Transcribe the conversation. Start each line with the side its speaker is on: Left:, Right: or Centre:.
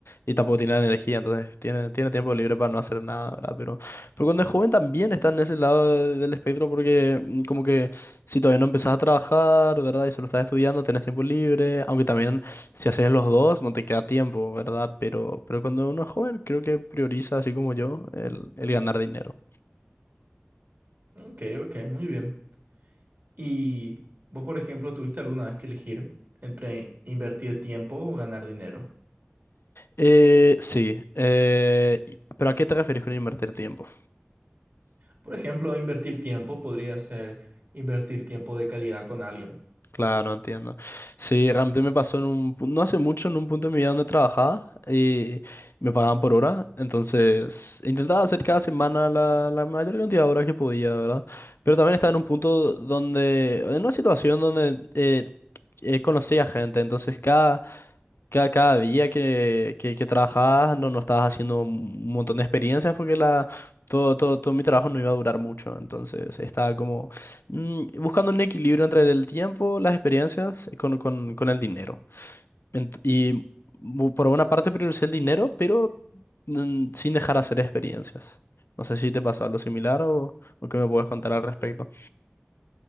Left: y tampoco tiene la energía, entonces tiene, tiene tiempo libre para no hacer nada, ¿verdad? Pero, pero cuando es joven también está en ese lado de- del espectro, porque mm, como que si todavía no empezás a trabajar, ¿verdad? Y solo estás estudiando, tenés tiempo libre, aunque también si haces los dos, no te queda tiempo, ¿verdad? Pero, pero cuando uno es joven, creo que prioriza, así como yo, el, el ganar dinero.
Right: Ok, ok, muy bien. ¿Y vos, por ejemplo, tuviste alguna vez que elegir entre invertir tiempo o ganar dinero?
Left: Eh, sí, eh, y- pero ¿a qué te refieres con invertir tiempo?
Right: Por ejemplo, invertir tiempo podría ser invertir tiempo de calidad con alguien.
Left: Claro, entiendo. Sí, realmente me pasó en un, pu- no hace mucho, en un punto de mi vida donde trabajaba y me pagaban por hora, entonces intentaba hacer cada semana la, la mayor cantidad de horas que podía, ¿verdad? Pero también estaba en un punto donde, en una situación donde eh, eh, conocía gente, entonces cada, cada, cada día que, que, que trabajabas no, no estabas haciendo un montón de experiencias porque la, todo, todo, todo mi trabajo no iba a durar mucho, entonces estaba como Mm, buscando un equilibrio entre el tiempo, las experiencias y con, con- con el dinero. Ent- y bu- por una parte prioricé el dinero, pero mm, sin dejar hacer experiencias. No sé si te pasó algo similar o, o qué me puedes contar al respecto.